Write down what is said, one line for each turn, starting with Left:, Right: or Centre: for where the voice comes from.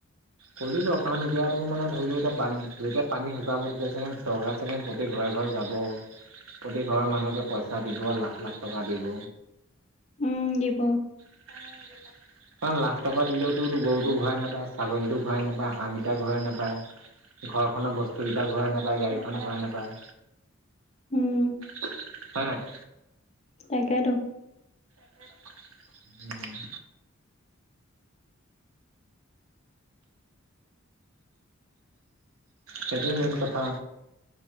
Right: কৰিব কাৰণ এতিয়া মানে ধৰি লও এতিয়া, বান, এতিয়া পানী শুকাব তেতিয়া চ, চৰকাৰ চাগে গোটেই ঘৰে ঘৰে যাব। প্ৰতি ঘৰৰ মানুহকে পইচা দিব লাখ- লাখ টকা দিব।
Left: উম, দিব।
Right: <unintelligible> কাৰণ লাখ টকা দিলওতো, গৰুটো ঘূৰাই নাপায় ছাগলীটো ঘূৰাই নাপায়, হাঁহকেইটা ঘূৰাই নাপায়। ঘৰখনৰ বস্তুকেইটা ঘূৰাই নাপায়, গাড়ীখন ঘূৰাই নাপায়।
Left: উম
Right: হয় নহয়?
Left: তাকেইটো।
Right: <unintelligible> সেইটোয়ে মেইন কথা।